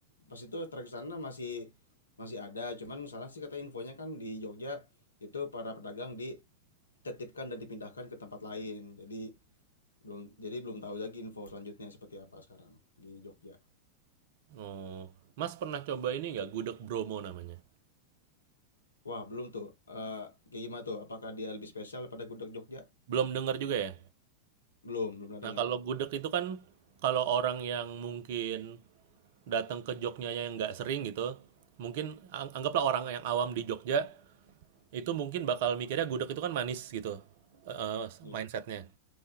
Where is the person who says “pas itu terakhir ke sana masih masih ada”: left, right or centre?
Left